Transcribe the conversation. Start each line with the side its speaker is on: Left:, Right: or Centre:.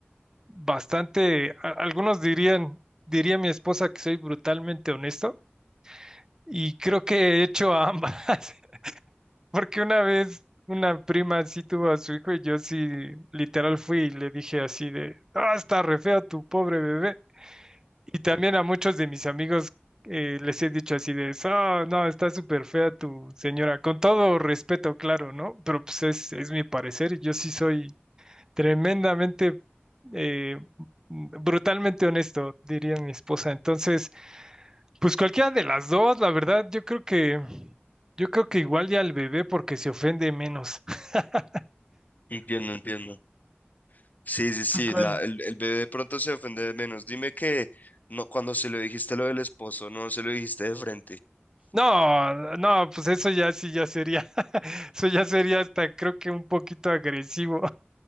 Right: bastante, a- algunos dirían, diría mi esposa que soy brutalmente honesto y creo que he hecho a ambas, <laughs> porque una vez una prima sí tuvo a su hijo y yo sí literal fui y le dije así de, ah, está re feo tu pobre bebé. Y también a muchos de mis amigos eh, les he dicho así de, oh, no, está súper fea tu señora, con todo respeto, claro, ¿no? Pero pues es, es mi parecer, y yo sí soy tremendamente, eh, brutalmente honesto, diría mi esposa. Entonces, pues cualquiera de las dos, la verdad, yo creo que, yo creo que igual ya al bebé porque se ofende menos. <laughs>
Left: Entiendo, entiendo. Sí, sí, sí,
Right: ¿Tú cuál?
Left: la, el, el bebé de pronto se ofende de menos. Dime que no, cuando se lo dijiste lo del esposo, no se lo dijiste de frente.
Right: No, no, pues eso ya sí ya sería, <laughs> eso ya sería hasta creo que un poquito agresivo.